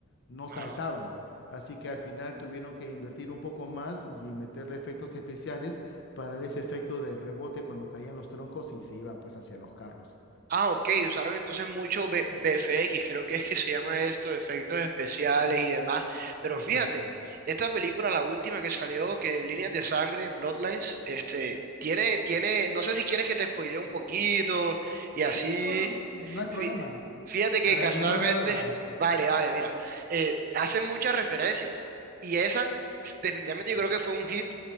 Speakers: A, on the left; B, on the right.
A: no
B: Ajá.
A: saltaba. Así que al final tuvieron que invertir un poco más y meterle efectos especiales para ese efecto de rebote cuando caían los troncos y se iban pues hacia los carros.
B: Ah, ok, usaron entonces mucho B- BFX, creo que es que se llama esto, efectos especiales y demás. Pero
A: Exacto.
B: fíjate, esta película, la última que salió, que Líneas de Sangre, Bloodlines, este, tiene, tiene, no sé si quieres que te spoilee un poquito y
A: Sí,
B: así
A: no, no hay problema.
B: Fí- Fíjate que
A: Para
B: casualmente,
A: animarme a verla.
B: vale, vale, mira, eh, hacen muchas referencias y esa s- definitivamente yo creo que fue un hit